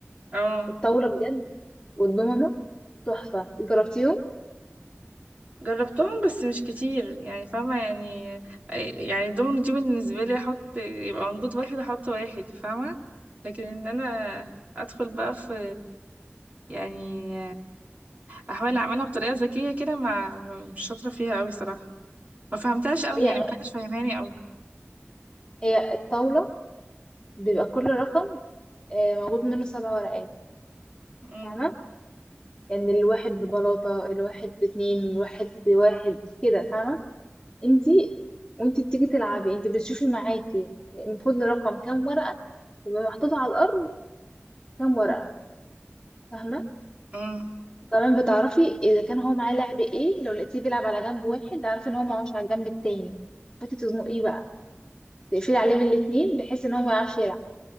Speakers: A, on the right; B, on the left.
A: اه
B: الطاولة بجد والدومنة تحفة جربتيهم
A: جربتهم بس مش كتير يعني فاهمة يعني يعني الدومينو دي بالنسبة لي احط يبقى موجود واحد احط واحد فاهمة لكن ان انا ادخل بقى في يعني احاول اعملها بطريقة ذكية كده ما مش شاطرة فيها قوي صراحة ما فهمتهاش قوي
B: هي
A: يعني ما حدش فاهماني قوي
B: هي الطاولة بيبقى كل رقم آه، موجود منه سبع ورقات
A: امم
B: فاهمة يعني الواحد ببلاطة الواحد باتنين الواحد بواحد كده فاهمة انتي وانتي بتيجي تلعبي انتي بتشوفي معاكي من كل رقم كام ورقة يبقى محطوط على الأرض كام ورقة فاهمة
A: امم
B: كمان بتعرفي اذا كان هو معاه لعب ايه لو لقيتيه بيلعب على جنب واحد عارفه ان هو معهوش على الجنب التاني فتي تزنقيه بقى تقفلي عليه من الاتنين بحيث ان هو ما يعرفش يلعب